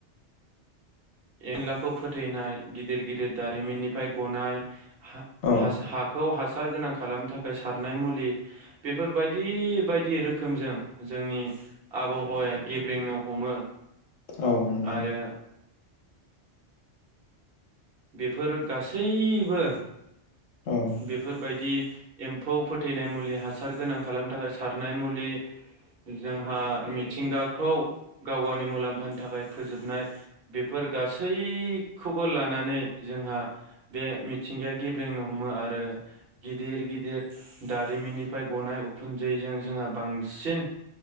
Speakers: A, on the right (about 55°); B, on the left (about 75°).
A: एनलाखौ फोथैनाय गिदिर गिदिर दारिमिननिफ्राय गनाय हा
B: औ
A: हास-हाखौ हास सार गोनां खालामनो थाखाय सारनाय मुलि बेफोरबायदि बायदि रोखोमजों जोंनि आबहावाया गेब्रेंनो हमो।
B: औ नोंथां
A: आरो बेफोर गासैबो
B: औ
A: बेफोर बायदि एम्फौ फोथैनाय मुलि हासार गोनां खालामनो थाखाय सारनाय मुलि जोंहा मिथिंगाखौ गाव गावनि मुलाम्फानि थाखाय फोजोबनाय बेफोर गासैखौबो लानानै जोंहा बे मिथिंगाया गेब्रेंनो हमो आरो गिदिर गिदिर दारिमिननिफ्राय गनाय उखुन्दैजों जोंहा बांसिन